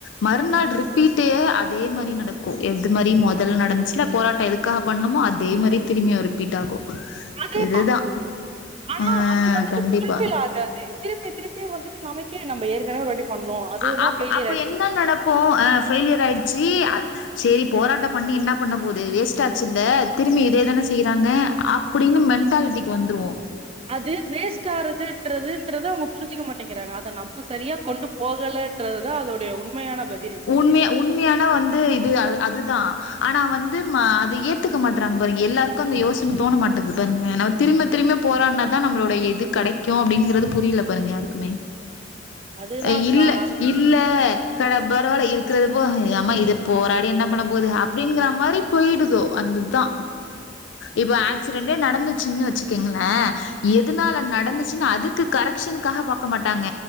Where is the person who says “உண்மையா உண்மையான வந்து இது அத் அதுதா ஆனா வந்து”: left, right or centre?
Left